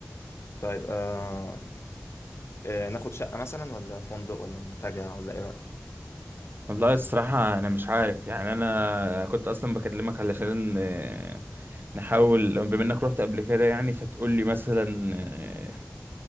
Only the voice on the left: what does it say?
طيب آه آه ناخد شقة مثلا ولا فندق ولا منتجع ولا إيه رأيك؟